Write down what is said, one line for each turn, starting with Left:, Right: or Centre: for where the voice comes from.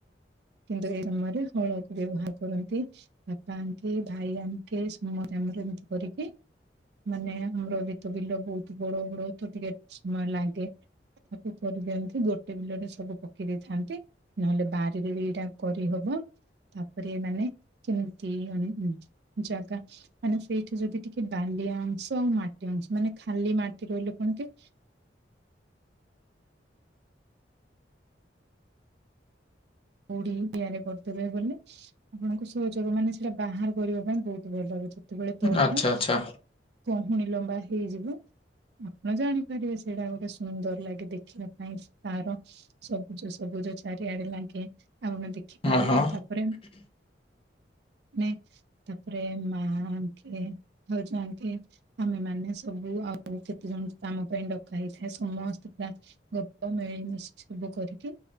Right: କିନ୍ତୁ ଏଇ ସମୟରେ ହଳକୁ ବ୍ୟବହାର କରନ୍ତି। ବାପା ଆଙ୍କେ ଭାଇ ଆଙ୍କେ ସମତେ ଆମର ଏମିତି କରିକି ମାନେ ଆମର ବି ତ ବିଲ ବହୁତ ବଡ ବଡ ତ ଟିକେ ସମୟ ଲାଗେ। ତାକୁ କରି ଦିଅନ୍ତି। ଗୋ ଟେ ବିଲରେ ସବୁ ପକେଇ ଦେଇଥାନ୍ତି। ନହେଲେ ବାରିରେ ବି ଏଇଟା କରିହବ। ତାପରେ ଏମାନେ କେମିତି ଆମେ <unintelligible> ଜାଗା ମାନେ ସେଇଠି ଯଦି ଟିକେ ବାଲିଆ ଅଂଶ ଆଉ ମାଟି ଅଂଶ ମାନେ ଖାଲି ମାଟି ରହିଲେ କଣ କି କୋଉଠି <inaudible> ରେ କରୁଥୁବେ ବୋଲେ। ଆପଣଙ୍କୁ ସହଯୋଗ ମାନେ ସେଇଟା ବାହାର କରିବା ପାଇଁ ବହୁତ ଭଲ ହୁଏ। ଯେତେବେଳେ ତଳି
Left: ଆଚ୍ଛା
Right: ଟା
Left: ଆଚ୍ଛା
Right: କହୁଣି ଲମ୍ବା ହେଇଯିବ। ଆପଣ ଜାଣିପାରିବେ ସେଇଟା ଗୋଟେ ସୁନ୍ଦର ଲାଗେ ଦେଖିବା ପାଇଁ। ତାର ସବୁଜ ସବୁଜ ଚାରିଆଡେ ଲାଗେ ଆପଣ ଦେଖିପାରିବେ।
Left: ହଁ ହଁ।
Right: ତାପରେ ନେ ତାପରେ ମା ଆଙ୍ଖିରେ ହଉ ଯାଆନ୍ତି। ଆମେମାନେ ସବୁ ଆଉ କେତେ ଜଣ କାମ ପାଇଁ ଡକା ହେଇଥାଏ। ସମସ୍ତେ ପ୍ରା ଗପ ମିଳିମିଶି ସବୁ କରିକି